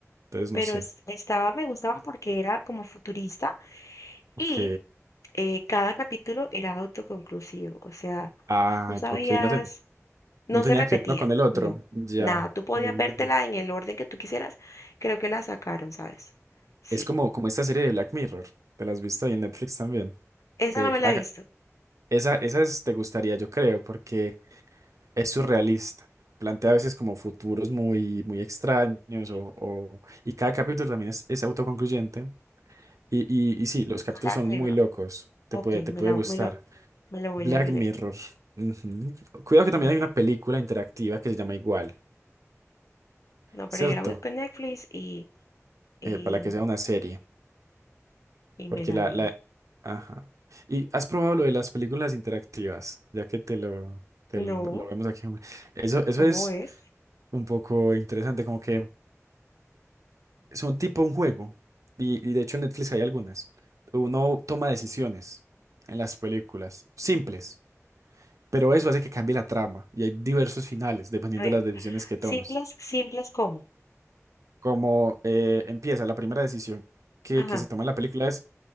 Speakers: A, on the right; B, on the left.
A: Entonces
B: Pero
A: no sé.
B: es- estaba, me gustaba porque era como futurista
A: Ok.
B: y eh, cada capítulo era autoconclusivo. O sea,
A: Ah,
B: tú sabías
A: ok. No, te-
B: No
A: no tenía
B: se repetía,
A: que ver uno con el otro.
B: no,
A: Ya.
B: nada. Tú podías
A: Qué bien.
B: vértela en el orden que tú quisieras. Creo que la sacaron, ¿sabes? Sí.
A: Es como, como esta serie de Black Mirror. Te la has visto ahí en Netflix también.
B: Esa
A: Que
B: no me
A: cada-
B: la he visto.
A: esa, esa es- te gustaría, yo creo, porque es surrealista. Plantea a veces como futuros muy, muy extraños
B: Sí.
A: o, o- y cada capítulo también es, es autoconcluyente. Y, y, y sí, los capítulos
B: Black
A: son
B: Mirror.
A: muy locos. Te
B: Ok,
A: puede, te
B: me
A: puede
B: la,
A: gustar.
B: me lo, me lo voy
A: Black
B: a ver.
A: Mirror. ujú. Cuidado que
B: Black-
A: también hay una película interactiva que se llama igual,
B: No, pero
A: ¿cierto?
B: yo la busco en Netflix y, y,
A: Eh, para que sea una serie.
B: y
A: Porque
B: me la
A: la,
B: veo.
A: la... Ajá. ¿Y has probado lo de las películas interactivas? Ya que te lo, te
B: No,
A: lo lo vemos aquí. Eso, eso
B: ¿cómo
A: es
B: es?
A: un poco interesante, como que... son tipo un juego. Y, y de hecho en Netflix hay algunas. Uno toma decisiones en las películas, simples, pero eso hace que cambie la trama. Y hay diversos finales dependiendo
B: A ver,
A: de las decisiones que tomas.
B: simples, simples como.
A: Como eh, empieza, la primera decisión que,
B: Ajá,
A: que se toma en la película es